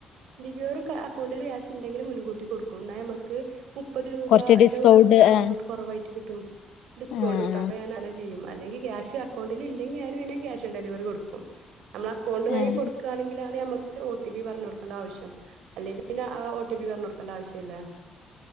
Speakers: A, on the right (about 85°); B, on the left (about 75°).
A: വെറും അക്കൗണ്ടിൽ ക്യാഷ് ഉണ്ടെങ്കിൽ മുൻകൂട്ടി കൊടുക്കും എന്നാ നമക്ക് മുപ്പത് രൂപ
B: കുറച്ച്
A: എന്റെ
B: ഡിസ്കൗണ്ട്
A: അടുത്ത് ലാഭം
B: ആഹ്
A: കട്ട കുറവായിട്ട് കിട്ടും ഡിസ്കൗണ്ട്
B: ആഹ്
A: കിട്ടും അപ്പൊ ഞാൻ അങ്ങനെ ചെയ്യും അല്ലെങ്കി ക്യാഷ് അക്കൗണ്ടിൽ ഇല്ലെങ്കി ഞാന് പിന്നെ ക്യാഷ് ഓൺ ഡെലിവറി കൊടുക്കും നമ്മൾ അക്കൗണ്ട്
B: ആഹ്
A: വഴി കൊടുക്കണെങ്കിലാണ് നമക്ക് ഒ ടി പി പറഞ്ഞ കൊടുക്കണ്ട ആവശ്യം അല്ലെങ്കി പിന്നെ ഒ ടി പി പറഞ്ഞ കൊടുക്കേണ്ട ആവശ്യല്ല